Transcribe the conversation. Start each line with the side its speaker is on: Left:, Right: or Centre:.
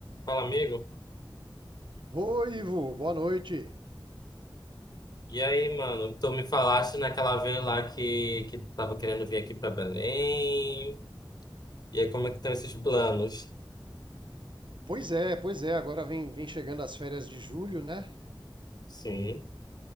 Left: Fala, amigo.
Right: Oi, Ivo, boa noite.
Left: E aí, mano, tu me falaste naquela vez lá que, que tu tava querendo vir aqui pra Belém. E aí, como é que estão esses planos?
Right: Pois é, pois é, agora vem, vem chegando as férias de julho, né?
Left: Sim,